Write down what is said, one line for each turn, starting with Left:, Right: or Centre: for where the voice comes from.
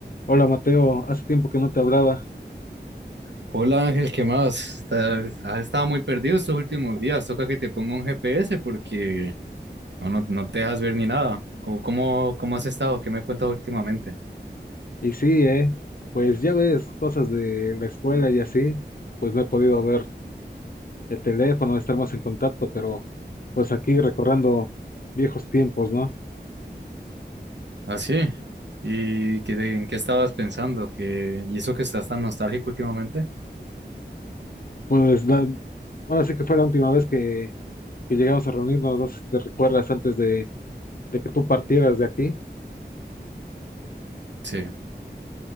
Left: Hola Mateo, hace tiempo que no te hablaba.
Right: Hola Ángel, ¿qué más? Está- Has estado muy perdido estos últimos días. Toca que te ponga un GPS porque no, no, no te dejas ver ni nada. ¿Cómo, cómo, cómo has estado? ¿Qué me cuentas últimamente?
Left: Y sí, eh, pues ya ves, cosas de la escuela y así, pues no he podido ver el teléfono, estar más en contacto, pero pues aquí recordando viejos tiempos, ¿no?
Right: Ah, sí. ¿Y qué, de- en qué estabas pensando? ¿Qué, ¿y eso que estás tan nostálgico últimamente?
Left: Pues la- ahora sí que fue la última vez que, que llegamos a reunirnos, no sé si te recuerdas antes de, de que tú partieras de aquí.
Right: Sí.